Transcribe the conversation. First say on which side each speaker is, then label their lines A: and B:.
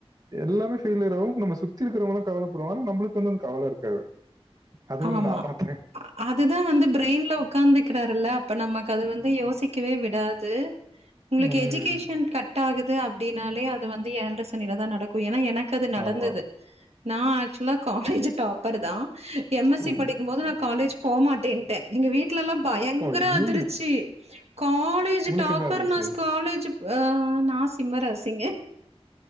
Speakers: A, on the right (about 35°); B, on the right (about 80°).
A: எல்லாமே ஃபேயிலியர் ஆவும் நம்ம சுத்தி இருக்கவங்கலா கவலப்படுவாங்க ஆனா நம்ளுக்கு வந்து கவல இருக்காது அது ஒன்னு
B: ஆமா
A: நா பாத்த
B: அதுதா வந்து பிரெயின்ல உக்காந்துக்றாருல்ல அப்ப நமக்கு அது வந்து யோசிக்கவே விடாது உங்களுக்கு
A: ம்,
B: எஜுகேஷன் கட் ட்டாகுது அப்டின்னாலே அது வந்து ஏழ்ர சனில தான் நடக்கும் ஏனா எனக்கு அது நடந்தது
A: ஆமா
B: நா ஆக்சுவலா காலேஜு டாப்பர் தான் எம் எஸ் சி
A: ம்.
B: படிக்குமோது நா காலேஜ் போமாட்டேன்ட்டே எங்க வீட் விட்லல்லா பயங்கர
A: ஐயோ
B: அதிர்ச்சி காலேஜ்
A: உங்களுக்கு
B: டாப்பர்
A: என்ன இருந்துச்சு
B: நா காலேஜ் வே நா சிம்மராசிங்க